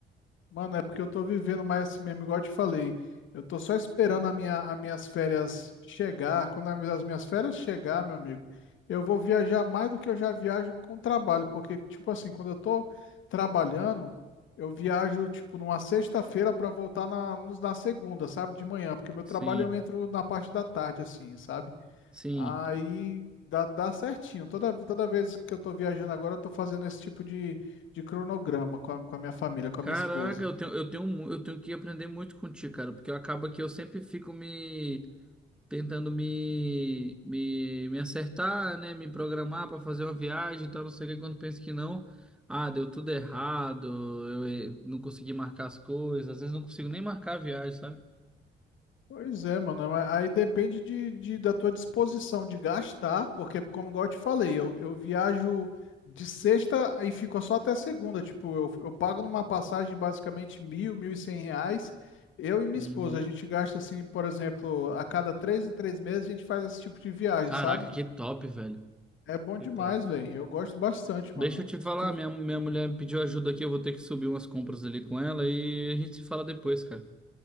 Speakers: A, on the left (about 75°); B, in the centre.
A: Mano, é porque eu tô vivendo mais esse mesmo, igual eu te falei. Eu tô só esperando a minha, as minhas férias chegar. Quando as minhas férias chegar, meu amigo, eu vou viajar mais do que eu já viajo com trabalho. Porque, tipo assim, quando eu tô trabalhando, eu viajo, tipo, numa sexta-feira pra voltar na, nos- na segunda, sabe? De manhã. Porque meu
B: Sim,
A: trabalho eu entro na parte da tarde, assim, sabe?
B: sim.
A: Aí dá, dá certinho. Toda, toda vez que eu tô viajando agora, eu tô fazendo esse tipo de, de cronograma com a, com a minha família, com
B: Caraca,
A: a minha esposa.
B: eu tenho, eu tenho, mu- eu tenho que aprender muito contigo, cara, porque acaba que eu sempre fico me tentando me, me, me acertar, né? Me programar para fazer uma viagem e tal, não sei o que, quando penso que não. Ah, deu tudo errado, eu eh, não consegui marcar as coisas, às vezes não consigo nem marcar a viagem, sabe?
A: Pois é, mano. mas Aí depende de, de- da tua disposição de gastar, porque, como igual eu te falei, eu, eu viajo de sexta e fico só até segunda. Tipo, eu, eu pago numa passagem basicamente mil, mil e cem reais. Eu e minha
B: Uhum.
A: esposa, a gente gasta assim, por exemplo, a cada três em três meses a gente faz esse tipo de viagem,
B: Caraca,
A: sabe?
B: que top, velho.
A: É bom
B: Que
A: demais,
B: top.
A: velho. Eu gosto bastante,
B: Deixa
A: mano.
B: eu te falar,
A: Tu- tu-
B: minha, minha mulher me pediu ajuda aqui, eu vou ter que subir umas compras ali com ela e a gente se fala depois, cara.